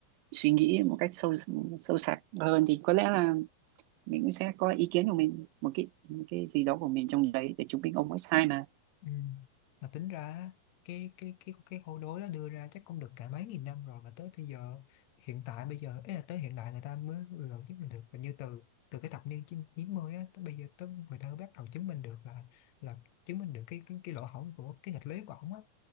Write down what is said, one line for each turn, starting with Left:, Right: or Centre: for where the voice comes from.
Right: suy nghĩ một cách sâu sâu sắc hơn thì có lẽ là mình cũng sẽ có ý kiến của mình một cái một cái gì đó của mình trong đấy để chứng minh ông ấy sai mà
Left: ừ. <laughs> mà tính ra á, cái cái cái cái câu đối đó đưa ra chắc cũng được cả mấy nghìn năm rồi mà tới bây giờ hiện tại bây giờ ấy là tới hiện đại người ta mới vừa gần chứng minh được và như từ từ cái thập niên chín- 90 á tới bây giờ tới người ta mới bắt đầu chứng minh được là là chứng minh được cái cái, cái lỗ hổng của cái nghịch lý của ổng á